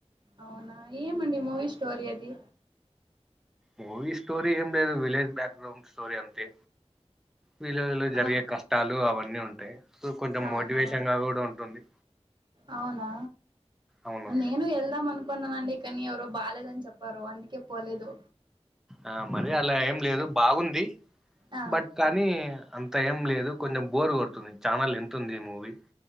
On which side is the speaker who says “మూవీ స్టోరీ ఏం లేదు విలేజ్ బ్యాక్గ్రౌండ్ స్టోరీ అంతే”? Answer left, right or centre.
Centre